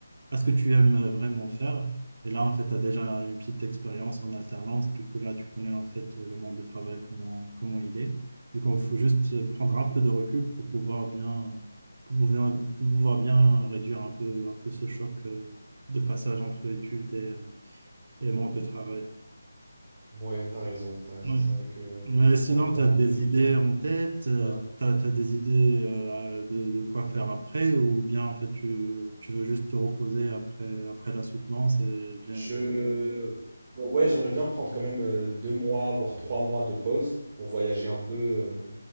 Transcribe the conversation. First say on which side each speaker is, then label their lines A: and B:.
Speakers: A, on the right (about 55°); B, on the right (about 35°).
A: à ce que tu aimes euh, vraiment faire. Et là, en fait, tu as déjà une petite expérience en alternance. Du coup, là, tu connais en fait euh, le monde de travail, comment, comment il est. Du coup, il faut juste euh, prendre un peu de recul pour pouvoir bien, pour pouvoir, pour pouvoir bien réduire un peu, un peu ce choc euh, de passage entre études et, euh, et monde de travail.
B: Ouais, t'as raison, t'as raison.
A: Ouais.
B: C'est vrai que
A: Mais
B: faut juste
A: sinon,
B: prendre le temps
A: tu as
B: de,
A: des
B: de
A: idées
B: bien.
A: en tête, euh,
B: ouais.
A: t'as tu as, des idées euh, de, de quoi faire après, ou bien en fait tu, tu veux juste te reposer après, après la soutenance et bien.
B: Je
A: Ouais,
B: bah ouais, j'aimerais bien prendre quand même euh, deux mois, voire trois mois de pause pour voyager un peu, euh,